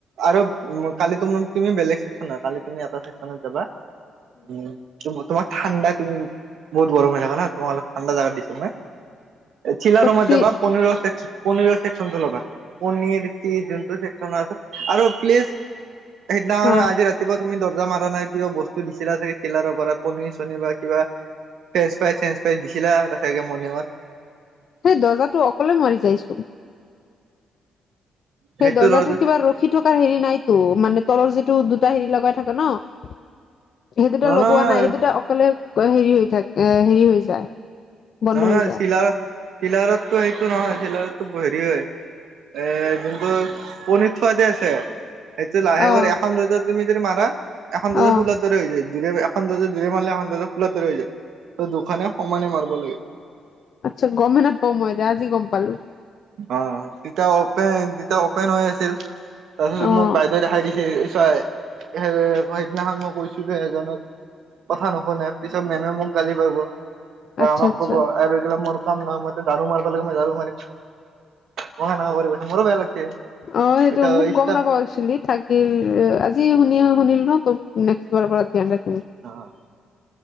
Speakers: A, on the right; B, on the left.
A: আৰু কালি তুমি বেলেগ চেক্যন কালি তুমি এটা ছেকশ্যনত যাবা। উম তোমাক ঠাণ্ড তুমি বহুত গৰম জাগা ন তোম ঠাণ্ডা জাগা দি তু চিলা
B: কত্ৰি
A: ৰুমত যাবা পনীৰ পনীৰ ছেকচনতটো ল'বা। পনীৰ চিজ যোনটোু সচ আছে আৰু প্লিজ সেইদিনাৰ
B: হা
A: আজি ৰাতিপুৱা তুমি দ জা মাৰা নাই কিবা বস্তু দিছিলা চাগে ডিলাৰৰ পৰা পনী চনী বা কিবা ফ্ৰোই চে ত দিছিলা তচাকে মৰ্ণিঙত
B: সেই দৰ্জাটো অকলে মাৰি যাইচোন।
A: সেইটো
B: সেই দৰ্জা
A: ৰ
B: তটোৰ
A: নহয়
B: কিবা ৰখি থকাৰ হেৰি নাইতো মানে তলৰ য টো দুটা হেৰি লগাই থাক ন সেই দুটা
A: নহয়
B: লগোৱা নাই সেই দুটা অকলে হেৰি হৈ থাক এ হেৰি হৈ যায় বন্ধ
A: নহয়,
B: হৈ
A: নহয়
B: যায়
A: চিলাৰ চিলাৰততটো সটো নহয় চিলাৰটো হেৰি হয় এ যোনটো পনিৰ থোৱাদে আছে সেইটো লাহে
B: অ'।
A: কৰি এখন ৰজা তুমি যদি মাৰা এখন
B: অ',
A: ৰোজা খোুলাৰ দৰে হৈ যায়। দুৰে এখন দৰ্জা জৰে মাৰিলে এখন দৰ্জা খোলাৰ ধৰে হৈ যায় ত দুখানে সমানে মাৰব লাগে। <unintelligible>
B: আচ্ছা গমে নাপাও মই এতিয়া আজি গম পালো
A: অ তেতি দু অপেন হৈ আছিল তাৰপিছত
B: অ',
A: মোক বাইদেউে দেখাই দিছে চাই এ ফহিদনাখনান মই কৈছিলো এজনক কথা নুশুনে পিছত মেমে মোক গালি পাৰাব বা
B: আচ্ছা
A: আমাক
B: আচ্ছা
A: কব আৰু এইিলা মোৰ কাম নহয় মইো ঝাৰু মাৰিব লাগে মই ঝাৰু মাৰিম মই সনেুৱা কৰিছে মোৰো বেয়া লাগছি
B: অ সেইটো
A: এতিয়া
B: মোক গম
A: ষ্টাফ
B: নাপাও একচেলি থাকিল আজি শুনি শুনিলো ন। নেক্চ বাৰ পৰা ধ্যান ৰাখ
A: অ',।